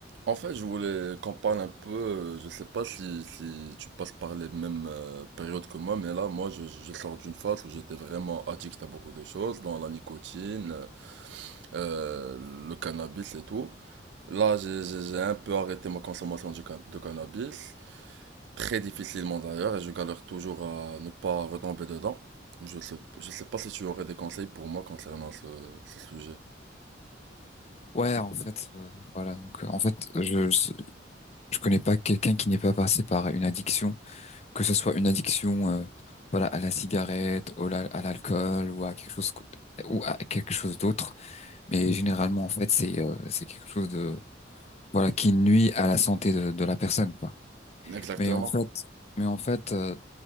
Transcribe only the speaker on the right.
En fait, je voulais qu'on parle un peu, euh, je sais pas si, si tu passes par les mêmes euh, périodes que moi, mais là, moi, je, je sors d'une phase où j'étais vraiment addict à beaucoup de choses, dans la nicotine, euh, le cannabis et tout. Là, j'ai j'ai- j'ai un peu arrêté ma consommation du can- de cannabis, très difficilement d'ailleurs, et je galère toujours à ne pas retomber dedans. Je sais, je sais pas si tu aurais des conseils pour moi concernant ce, ce sujet.
Exactement.